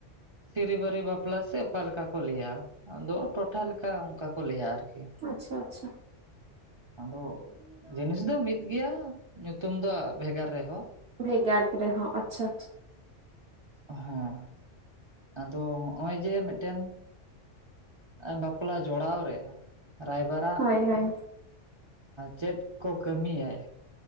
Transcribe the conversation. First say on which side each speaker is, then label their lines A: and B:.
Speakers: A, on the right; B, on the right.
A: ᱥᱤᱨᱤᱵᱟᱹᱨᱤ ᱵᱟᱯᱞᱟ ᱥᱮ ᱚᱠᱟ ᱞᱮᱠᱟ ᱠᱚ ᱞᱟᱹᱭᱟ ᱟᱫᱚ ᱴᱚᱴᱷᱟ ᱞᱮᱠᱟ ᱚᱱᱠᱟ ᱠᱚ ᱞᱟᱹᱭᱟ ᱟᱨᱠᱤ ᱾
B: ᱟᱪᱪᱷᱟ ᱟᱪᱪᱷᱟ
A: ᱟᱫᱚ ᱡᱤᱱᱤᱥ ᱫᱚ ᱢᱤᱫ ᱜᱮᱭᱟ ᱧᱩᱛᱩᱢ ᱫᱚ ᱵᱷᱮᱜᱟᱨ ᱨᱮᱦᱚᱸ ᱾
B: ᱵᱷᱮᱜᱟᱨ ᱨᱮ ᱦᱚᱸ ᱟᱪᱪᱷᱟ ᱟᱪᱪᱷᱟ
A: ᱦᱮᱸ ᱟᱫᱚ ᱦᱚᱜᱼᱚᱭ ᱡᱮ ᱢᱤᱫᱴᱮᱱ ᱵᱟᱯᱞᱟ ᱡᱚᱲᱟᱣ ᱨᱮ ᱨᱟᱭᱵᱟᱨᱟᱜ
B: ᱦᱳᱭ ᱦᱳᱭ
A: ᱪᱮᱫ ᱠᱚ ᱠᱟᱹᱢᱤᱭᱟᱭ?